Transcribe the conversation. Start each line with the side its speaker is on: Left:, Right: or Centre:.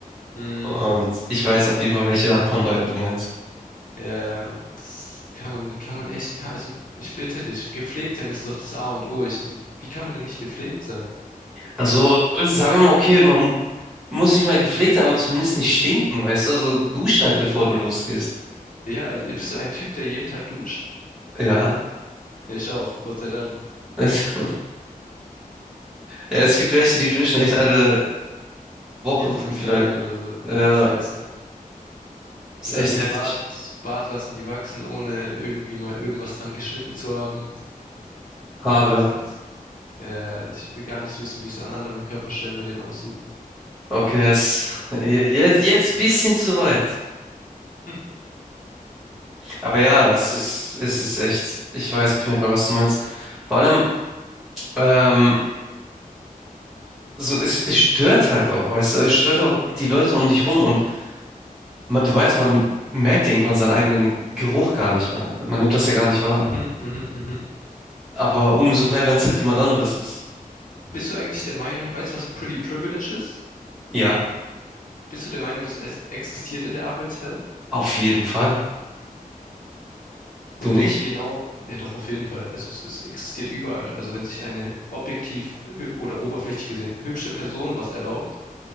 Left: Hm,
Centre: Und ich weiß auf jeden Fall, welche Art von Leuten du meinst.
Left: ja, und das kann man, kann man echt, kann, also ich bitte dich, gepflegt sein ist doch das A und O. Ich, also, wie kann man denn nicht gepflegt sein?
Centre: Also, sagen wir mal, okay, man muss nicht mal gepflegt sein, aber zumindest nicht stinken, weißt du? Also, dusch halt, bevor du losgehst.
Left: Ja, also bist du ein Typ, der jeden Tag duscht?
Centre: Ja.
Left: Ja, ich auch, Gott sei Dank.
Centre: Also, <laughs> ja, es gibt welche, die duschen echt alle Wochen
Left: Vier, fünf
Centre: vielleicht.
Left: Tage oder so. Das
Centre: Ja,
Left: ist geisteskrank.
Centre: ist
Left: Und
Centre: echt
Left: dann ihren
Centre: heftig.
Left: Bart, Bart lassen die wachsen, ohne irgendwie mal irgendwas dran geschnitten zu haben.
Centre: Haare.
Left: Das ist, ja, ja, ja, ich will gar nicht so wissen, wie es an anderen Körperstellen bei denen aussieht.
Centre: Okay, es, je- jetzt, jetzt bisschen zu weit.
Left: Hm.
Centre: Aber ja,
Left: Oh
Centre: es
Left: Mann.
Centre: ist, es ist echt, ich weiß auf jeden Fall, was du meinst. Vor allem, ähm, so, es, es stört halt auch, weißt du, es stört auch die Leute um dich rum und Man, du weißt, man merkt ja irgendwann seinen eigenen Geruch gar nicht mehr. Man nimmt das ja gar nicht wahr.
Left: Mhm, mhm, mhm.
Centre: Aber umso
Left: Aber b-
Centre: mehr, wenn es halt jemand anderes ist.
Left: bist du eigentlich der Meinung, weißt du, was Pretty Privilege ist?
Centre: Ja,
Left: Bist du der Meinung, dass es existiert in der Arbeitswelt?
Centre: auf jeden Fall.
Left: Und
Centre: Du nicht?
Left: wie genau? Ja, doch, auf jeden Fall. Also es, es existiert überall. Also wenn sich eine objektiv hüb- oder oberflächlich gesehen hübsche Person was erlaubt